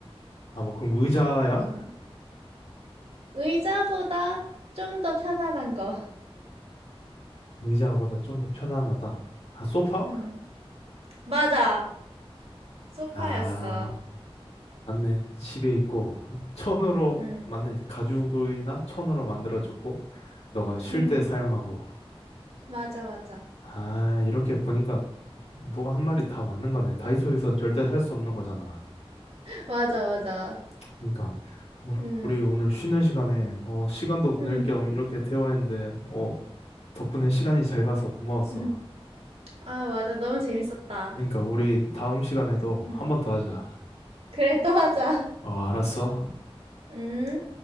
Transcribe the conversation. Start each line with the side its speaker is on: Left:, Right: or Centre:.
Left: 아, 뭐, 그럼 의자야?
Right: 음. 의자보다 좀 더 편안한 거.
Left: 의자보다 좀 더 편안하다. 아, 소파?
Right: 음. 맞아. 소파였어.
Left: 아, 맞네. 집에 있고. 천으로,
Right: 응,
Left: 맞네. 가죽이나 천으로 만들어졌고, 너가 쉴
Right: 응,
Left: 때 사용하고.
Right: 맞아, 맞아.
Left: 아, 이렇게 보니까 너가 한 말이 다 맞는 거네. 다이소에선 절대 살 수 없는 거잖아.
Right: <laughs> 맞아, 맞아.
Left: 그러니까 우-
Right: 응,
Left: 우리 오늘 쉬는 시간에 어, 시간도 보낼
Right: 응.
Left: 겸 이렇게 대화했는데 어, 덕분에 시간이 잘 가서 고마웠어.
Right: <laughs> 응. 아, 맞아. 너무 재밌었다.
Left: 그러니까 우리 다음 시간에도
Right: 응.
Left: 한 번 더 하자.
Right: 그래, 또 하자.
Left: 어, 알았어.
Right: 응.